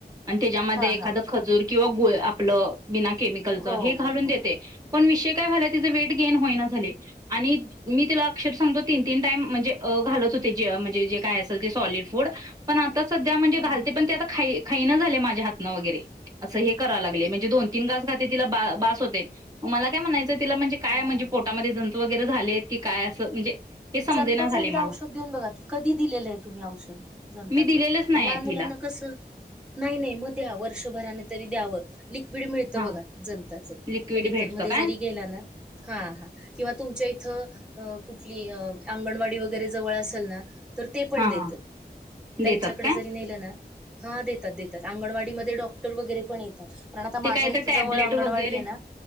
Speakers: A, on the right (about 20°); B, in the centre.
A: आणि त्याच्यामध्ये
B: हा
A: एखाद
B: हा
A: खजूर किंवा गुळ आपलं बिना केमिकलच
B: हो
A: हे घालून
B: हो हो
A: देते. पण विषय काय झाला तिचे वेट गेन होई ना झाले आणि मी तिला अक्षर सांगतो तीन तीन टाईम म्हणजे घालत होते जे म्हणजे जे काय अस. सॉलड फूड पण आता सध्या म्हणजे
B: हम्म
A: घालते पण ते आता खा खाईन झाले माझ्या हातनं वगैरे अस हे कराव लागले म्हणजे दोन तीन गास खाते तिला बास होते मला काय म्हणायचं. तीला म्हणजे काय
B: हा
A: म्हणजे पोटामध्ये जंत वगैरे झाले आहेत की काय असं म्हणजे हे समजेना
B: जनताच
A: झाले
B: एकदा
A: मला
B: औषध देऊन बघा की कधी दिलेले आहेत. तुम्ही औषध जनताच
A: मी दिलेलंच
B: पण
A: नाही
B: लहान
A: आहे तिला
B: मुलांना कसं. नाही नाही मग द्या वर्षभराने तरी द्यावं ल स्पीड मिळते
A: हा
B: बघा जंताचं
A: लिक्विड
B: मेडिकल
A: भेटतं
B: मध्ये
A: काय
B: जरी गेला ना हा हा किंवा तुमच्या इथं. कुठली अंगणवाडी वगरे जवळ असेल ना. तर ते पण
A: हा
B: देतात
A: हा
B: त्यांच्याकडे
A: देतात काय
B: जरी नेलं ना हा देतात देतात अंगणवाडीमध्ये ते डॉक्टर वगैरे पण येतात. कारण आता माझ्या
A: ते काय
B: इथं
A: तर
B: जवळ
A: टॅबलेट
B: अंगणवाडी
A: वगैरे
B: आहे ना